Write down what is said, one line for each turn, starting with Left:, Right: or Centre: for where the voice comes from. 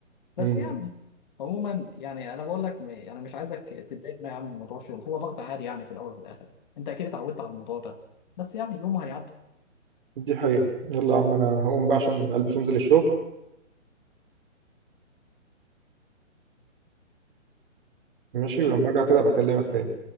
Left: بس
Right: امم
Left: يعني عموما يعني انا بقول لك م- انا مش عايزك تتضايق معايا من موضوع الشغل هو ضغط عادي يعني في الاول وفي الاخر انت اكيد اتعودت على الموضوع ده بس يعني يومه هيعدي
Right: دي حقيقه يلا يا عم انا هقوم بقى عشان البس وانزل الشغل ماشي ولما
Left: آه.
Right: ارجع كده بكلمك تاني